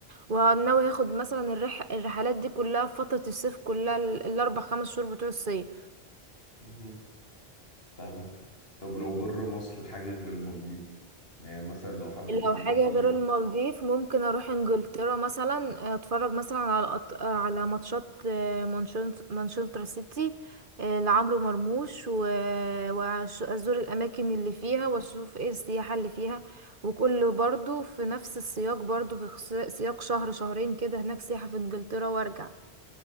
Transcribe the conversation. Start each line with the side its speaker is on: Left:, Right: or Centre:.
Right: وناوي هاخد مثلا الرح... الرحلات دي كلها في فترة الصيف كلها ال- الأربع خمس شهور بتوع الصيف
Left: مهم. فاهمك طب لو بره مصر حاجه غير المالديف يعني مثلا لو حبيتي ان
Right: لو حاجة
Left: انتي
Right: غير المالديف ممكن أروح إنجلترا مثلا أتفرج مثلا على أط... على ماتشات آه، مانشنت- مانشستر سيتي آه، لعمرو مرموش و... وأزور الأماكن اللي فيها وأشوف إيه السياحة اللي فيها وكله برضو في نفس السياق برضو في خس- سياق شهر شهرين كده هناك سياحة في إنجلترا وأرجع